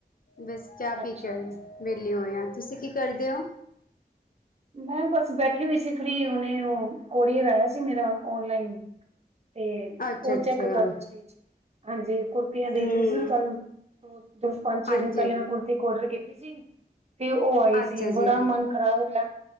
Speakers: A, on the left; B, on the right.
A: ਬਸ ਚਾਹ
B: ਅੱਛਾ
A: ਪੀ ਕੇ,
B: ਜੀ,
A: ਵਿਹਲੇ ਹੋਏ ਆ। ਤੁਸੀਂ ਕਿ ਕਰਦੇ ਹੋ?
B: ਮੈਂ ਬਸ ਬੈਠੇ ਵੀ ਸੀ ਫਰੀ ਉਹਨੇ ਉਹ ਕੋਰੀਅਰ ਆਇਆ ਸੀ ਮੇਰਾ ਓਨਲਾਈਨ ਤੇ
A: ਅੱਛਾ
B: ਉਹ
A: ਅੱਛਾ
B: ਚੈੱਕ ਕਰ ਰਹੀ ਸੀ। ਹਾਂਜੀ, ਕੁੜਤੀਆਂ
A: ਹੂੰ
B: ਦੇਖ ਰਹੀ ਸੀ ਨਾ ਕੱਲ। ਦੋ, ਪੰਜ- ਛੇ
A: ਹਾਂਜੀ
B: ਦਿਨ ਪਹਿਲਾਂ ਮੈਂ ਕੁੜਤੀ ਔਡਰ ਕੀਤੀ ਸੀ ਤੇ ਉਹ ਆਈ
A: ਅੱਛਾ
B: ਸੀ। ਬੜਾ
A: ਜੀ।
B: ਮਨ ਖ਼ਰਾਬ ਹੋਇਆ